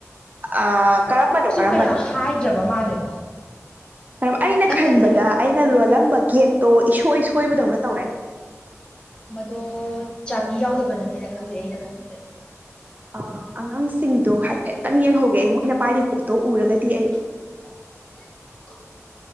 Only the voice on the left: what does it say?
ꯀꯌꯥ ꯍꯥꯏꯗ꯭ꯔꯕ ꯃꯥꯜꯂꯦꯗ
ꯅꯪꯅꯁꯨ
ꯃꯗꯣ ꯆꯥꯕꯤ ꯌꯥꯎꯗꯕꯅꯅꯦꯅ ꯈꯜꯂꯦ ꯑꯩꯅ ꯈꯟꯕꯗꯗꯤ
<inaudible>